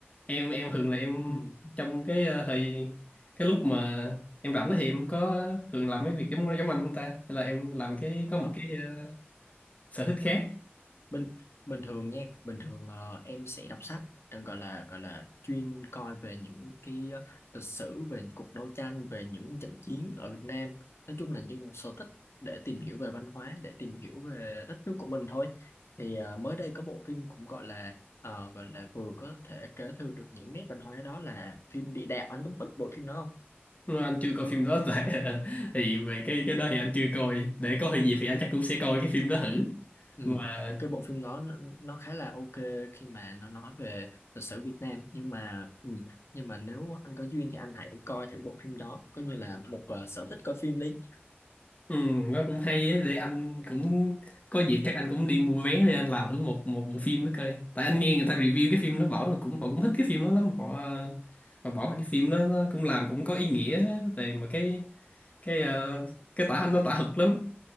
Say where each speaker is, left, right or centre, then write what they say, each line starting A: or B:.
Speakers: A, on the left (about 35°); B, on the left (about 85°).
A: Em em thường là em
B: ừ.
A: trong cái ờ, thời cái lúc mà em rảnh thì em có thường làm mấy việc giống giống anh không ta? Hay là em làm cái có một
B: Ờ.
A: cái ờ, sở thích khác.
B: bình bình thường nha bình thường ờ, em sẽ đọc sách ờ, gọi là gọi là chuyên coi về những cái ờ, lịch sử về cuộc đấu tranh về những trận chiến ở Việt Nam nói chung là như một sở thích để tìm hiểu về văn hóa để tìm hiểu về đất nước của mình thôi thì ờ, mới đây có bộ phim cũng gọi là ờ, gọi là vừa có thể kế thừa được những nét văn hóa đó là phim Địa Đạo anh có biết bộ phim đó không
A: Nếu anh chưa coi phim đó <laughs> tại thì về cái cái đó thì anh chưa coi để có gì thì anh chắc cũng sẽ coi cái phim đó thử
B: Ừ.
A: mà
B: Cái bộ phim đó nó, nó khá là ok khi mà nó nói về lịch sử Việt Nam nhưng mà ừ, nhưng mà nếu anh có duyên thì anh hãy coi thử bộ phim đó coi như là một ờ, sở thích coi phim đi.
A: ừ, nó cũng hay á, để anh cũng có dịp chắc anh cũng đi mua vé để anh làm thử một một bộ phim đó coi tại anh nghe người ta review cái phim đó bảo là cũng họ cũng thích cái phim đó lắm họ ờ, họ bảo cái phim đó nó cũng làm cũng có ý nghĩa về mà cái cái ờ, cái tả anh nó tả thực lắm